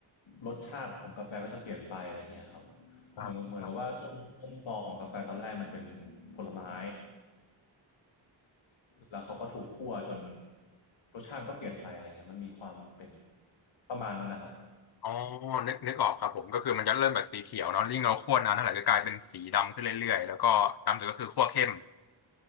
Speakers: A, on the left; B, on the left.
A: รสชาติของกาแฟก็จะเปลี่ยนไปอะไรเงี้ยครับเพราะเหมือนกับเหมือนกับว่าต้นต้นตอของกาแฟตอนแรกมันเป็น
B: ครับครับ
A: ผลไม้แล้วเขาก็ถูกคั่วจนรสชาติมันก็เปลี่ยนไปอะไรเงี้ยมันมีความเป็นประมาณนั้นนะครับ
B: อ๋อนึกนึกออกครับผมก็คือมันจะเริ่มแบบสีเขียวเนาะยิ่งเราคั่วนานเท่าไหร่ก็กลายเป็นสีดำขึ้นเรื่อยๆแล้วก็ดำสุดก็คือคั่วเข้ม